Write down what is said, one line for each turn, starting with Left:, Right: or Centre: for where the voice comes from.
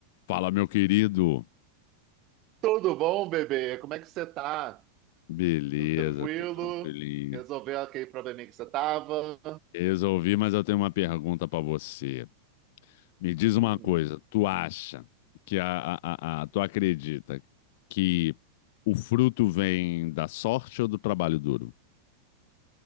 Left: Fala, meu querido.
Right: Tudo bom, bebê? Como é que você tá?
Left: Beleza,
Right: Tudo tranquilo?
Left: tudo tranquilinho.
Right: Resolveu aquele probleminha que você tava?
Left: Resolvi, mas eu tenho uma pergunta pra você. Me diz
Right: Hum,
Left: uma coisa, tu acha que a, a, a, a- tu acredita que o fruto vem da sorte ou do trabalho duro?